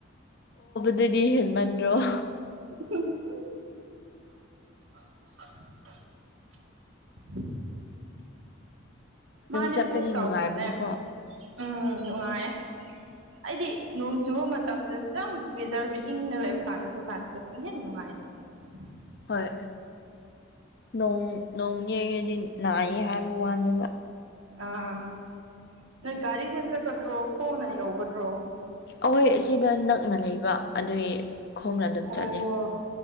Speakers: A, on the left; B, on the right.
A: ꯑꯗꯨꯗꯤ ꯍꯦꯟꯃꯟꯗ꯭ꯔꯣ
B: <unintelligible> <unintelligible> ꯃꯥꯗꯤ
A: ꯆꯠꯄꯗꯤ
B: ꯑꯗꯨꯝ ꯇꯧꯕꯅꯦ
A: ꯅꯨꯡꯉꯥꯏꯕꯅꯤꯀꯣ
B: ꯎꯝ ꯅꯨꯡꯉꯥꯏꯌꯦ ꯑꯩꯗꯤ ꯅꯣꯡ ꯆꯨꯕ ꯃꯇꯝꯗ ꯆ ꯋꯦꯗꯔꯗꯨ ꯏꯪꯅ ꯂꯩꯕ ꯀꯥꯟꯗ ꯗꯨꯀꯥꯟꯗ ꯆꯠꯄꯅ ꯍꯦꯟꯅ ꯅꯨꯡꯉꯥꯏ <unintelligible>
A: ꯍꯣꯏ ꯣꯡ ꯅꯣꯡ ꯌꯩꯔꯗꯤ ꯅꯥꯏꯏ ꯍꯥꯏꯕ ꯋꯥꯅꯦꯅꯕ
B: ꯑꯥ ꯅꯣꯏ ꯒꯥꯔꯤꯅ ꯆꯠꯀꯗ꯭ꯔꯣ ꯈꯣꯡꯅ ꯌꯧꯒꯗ꯭ꯔꯣ
A: ꯑꯩꯈꯣꯏ ꯑꯁꯤꯗ ꯅꯛꯅ ꯂꯩꯕ ꯑꯗꯨꯏ ꯈꯣꯡꯅ ꯑꯗꯨꯝ
B: ꯑꯣ
A: ꯆꯠꯂꯤ